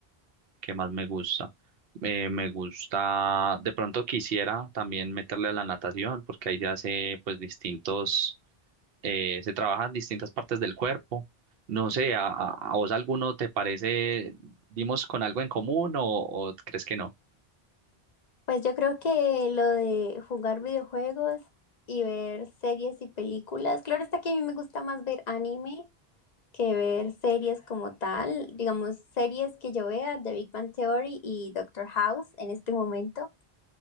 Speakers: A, on the right; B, on the left.
A: ¿Qué más me gusta? Eh, me gusta, de pronto quisiera también meterle a la natación, porque ahí se hace pues distintos, eh, se trabajan distintas partes del cuerpo. No sé, ¿a, a- a vos alguno te parece, dimos con algo en común o, o crees que no?
B: Pues yo creo que lo de jugar videojuegos y ver series y películas. Claro está que a mí me gusta más ver anime que ver series como tal. Digamos, series que yo vea, The Big Bang Theory y Doctor House en este momento.